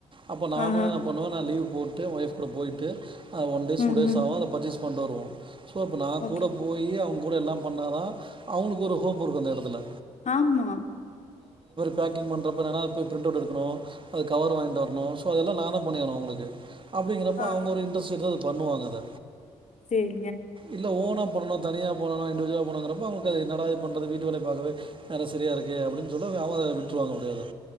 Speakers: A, on the right; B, on the left.
A: அப்போ நானு
B: ஆஹ.
A: என்ன பண்ணுவே நா லீவ் போட்டு ஒய்ஃப் கூட போய்ட்டு அ ஒன்டேஸ்
B: ம்,
A: டூ டேஸ்
B: ம்.
A: ஆவு அத பர்சேஸ் பண்ட்டு வருவோ சோ அப்ப நா
B: ஓகே.
A: கூட போய் அவுங் கூட எல்லா பண்ணாதா அவுங்களுக்கு ஒரு ஹோப் இருக்கு அந்த எடத்துல
B: ஆமா
A: பேக்கிங் பண்றப்ப என்னனா அத போய் பிரிண்ட் அவுட் எடுக்கணு அது கவர் வாங்கிட்டு வரணு சோ அதெல்லா நான்தா பண்ணியாகணு அவுங்களுக்கு அப்டிங்கிறப்ப
B: ஆ
A: அவுங்க ஒரு இன்ட்ரெஸ்ட் எடுத்து பண்ணுவாங்க அத
B: சேரி
A: இல்ல ஓனா பண்ணணு தனியா பண்ணணு இண்டிஜுவலா போனுங்கிறப்ப அவுங்களுக்கு அது என்னடா இது பண்றது வீட்டு வேலய பாக்கவே நேரோ சரியா இருக்கு அப்டின் சொல்லு அவுங்க விட்டுருவாங்க அப்டியே அத